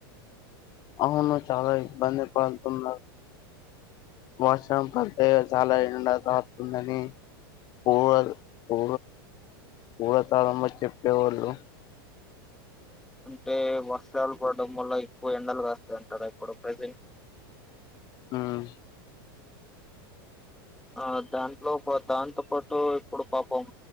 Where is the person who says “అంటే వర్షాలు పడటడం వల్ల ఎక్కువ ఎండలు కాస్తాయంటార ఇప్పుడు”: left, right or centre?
Centre